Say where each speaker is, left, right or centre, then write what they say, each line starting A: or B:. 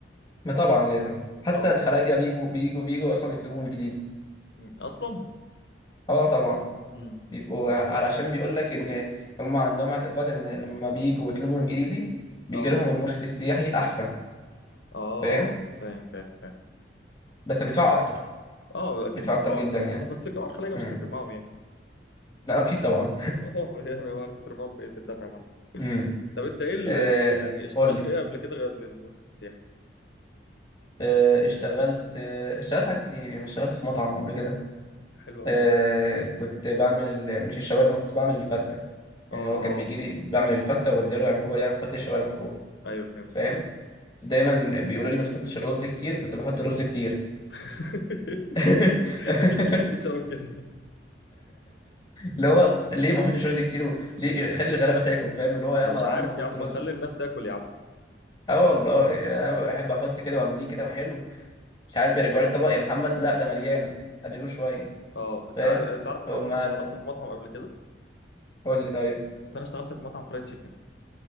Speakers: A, on the left; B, on the left.
A: ما طبعا لازم حتى
B: اه
A: الخلاجة
B: اه
A: بيجوا بيجوا بيجوا أصلا يطلبوا إنجليزي
B: مم. اصلا
A: اه طبعا
B: امم
A: بيبقوا علشان بيقول لك إن هم عندهم اعتقاد إن لما بيجوا يطلبوا إنجليزي بيجي
B: اه
A: لهم المرشد السياحي أحسن
B: اه
A: فاهم
B: فاهم فاهم فاهم
A: بس بيدفعوا أكتر
B: اه اكيد
A: بيدفعوا
B: بيدفعوا
A: أكتر جدا
B: اكتر
A: يعني
B: بس الجماعة الخليجية
A: امم
B: مش هتفرق معاهم يعني
A: لا أكيد طبعا
B: <laughs> اه يعني هو هتفرق معاهم في ايه في الدفع يا معلم
A: امم
B: طب انت ايه ال-
A: آه
B: يعني اشتغلت
A: قول لي
B: ايه قبل كده قبل المرشد السياحي
A: آه اشتغلت آه اشتغلت حاجات كتير يعني اشتغلت في مطعم قبل كده
B: حلو قوي
A: آه كنت بعمل ال... مش الشاورما كنت بعمل الفتة
B: اه
A: يعني هو كان
B: اه
A: بيجي لي بعمل الفتة وبديله يعمل هو يعمل يحط الشاورما فوق
B: ايوه فهمت
A: فاهم
B: فهمت
A: دايما بيقولوا لي ما تحطش الرز كتير كنت بحط الرز كتير
B: <laughs>
A: <laughs>
B: اكيد مشيت بسبب كده
A: اللي هو ليه ما احطش رز كتير و... ليه خلي الغلابه تاكل فاهم اللي هو يلا
B: انا مش
A: يا
B: عارف
A: عم حط
B: يا عم
A: رز
B: خلي الناس تاكل يا عم
A: اه والله يعني انا بحب احط كده وامليه كده وحلو ساعات بيرجعوا لي الطبق يا محمد لا ده مليان قللوه شويه
B: اه
A: فاهم
B: تع- تعرف ان
A: فقوم
B: انا برضه
A: قالب
B: اشتغلت في مطعم قبل كده
A: قول لي طيب
B: بس انا اشتغلت في مطعم فرايد تشيكن